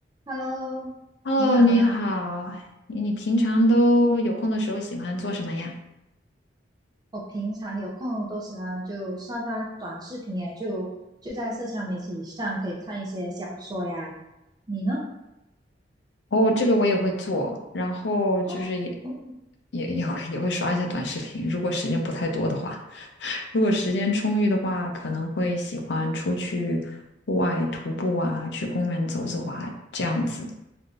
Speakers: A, on the right; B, on the left.
A: Hello，
B: Hello，
A: 你好呀。
B: 你好，你你平常都有空的时候喜欢做什么呀？
A: 我平常有空都喜欢就刷刷短视频耶，就就在社交媒体上可以看一些小说呀。你呢？
B: 哦，这个我也会做，然后就是也
A: 哦哦
B: 也也会也会刷一下短视频，如果时间不太多的话，<laughs> 如果时间充裕的话，可能会喜欢出去户外徒步啊，去公园走走啊，这样子。